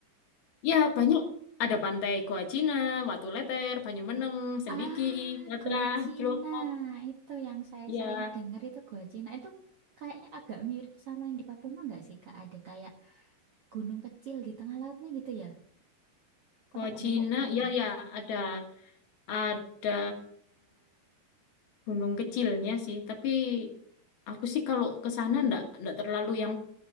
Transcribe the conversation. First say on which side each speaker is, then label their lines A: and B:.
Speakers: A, on the left (about 65°); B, on the right (about 60°).
A: ya banyak ada pantai Goa Cina, Watu Leter, Banyumeneng, Sendiki,
B: Ah,
A: Batra,
B: gua Cina.
A: Cilongkop.
B: Itu yang saya
A: Ya,
B: sering dengar itu gua Cina. Itu kayaknya agak mirip sama yang di Papua nggak sih, Kak? Ada kayak gunung kecil di tengah lautnya gitu ya?
A: Goa
B: Apa gumuk
A: Cina.
B: gitu?
A: Ya, ya ada ada gunung kecilnya sih. Tapi aku sih kalau ke sana ndak ndak terlalu yang